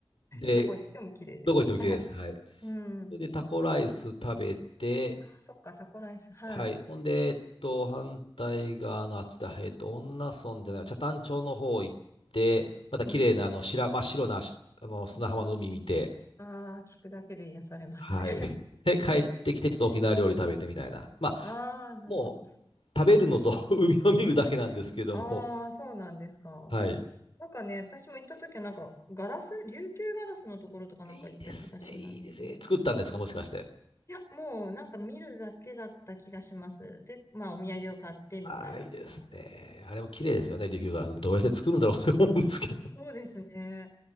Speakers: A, on the left; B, on the left.
A: で、
B: どこ行っても綺麗ですね。
A: どこ行っても綺麗です。
B: はい。
A: はい。
B: うん。
A: それで、タコライス食べて、
B: ああ、そっか、タコライス。はい。
A: はい。ほんで、えっと、反対側のあっちだ。えっと、恩納村じゃない、北谷町の方行って、また綺麗な、
B: うん。
A: あの、白、真っ白な、しあの、砂浜の海見て、
B: ああ、聞くだけで癒されますね。
A: はい。で、帰ってきて、ちょっと沖縄料理食べてみたいな。まあ、
B: ああ、なるほど。
A: もう、
B: そう。
A: 食べるのと <laughs> 海を見るだけなんですけども。
B: ああ、そうなんですか。
A: はい。
B: なんかね、私も行った時はなんか、ガラス、琉球ガラスのところとかなんか行った気がしますね。
A: いいですね、いいですね。作ったんですか、もしかして。
B: いや、もうなんか見るだけだった気がします。で、まあお土産を買ってみたいな感じで。
A: ああ、いいですね。あれも綺麗ですよね、琉球ガラス。どうやって作るんだろうって思うんですけど。
B: そうですね。